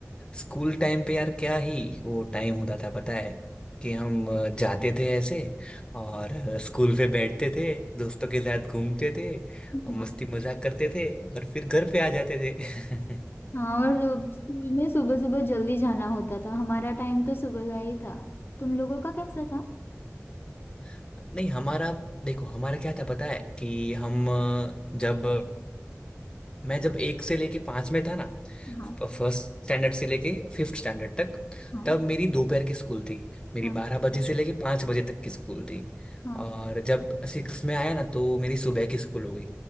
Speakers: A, on the left; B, on the left.
A: स्कूल टाइम पे यार क्या ही वो टाइम होता था पता है कि हम अ, जाते थे ऐसे और अ, स्कूल पे बैठते थे दोस्तों के साथ घूमते थे
B: हाँ
A: और मस्ती मजाक करते थे और फिर घर पे आ जाते थे
B: हाँ और स्कूल में सुबह सुबह जल्दी जाना होता था हमारा टाइम तो सुबह का ही था तुम लोगों का कैसा था
A: <laughs> नहीं हमारा देखो हमारा क्या था पता है कि हम अ, जब मैं जब एक से लेके पांच में था ना
B: हाँ
A: फर्स्ट स्टैंडर्ड से लेके फिफ्थ स्टैंडर्ड तक
B: हाँ
A: तब मेरी दोपहर की स्कूल थी मेरी
B: हाँ
A: बारह बजे से लेके पाँच बजे तक की स्कूल थी
B: हाँ
A: और जब सिक्स में आया ना तो मेरी सुबह की स्कूल हो गई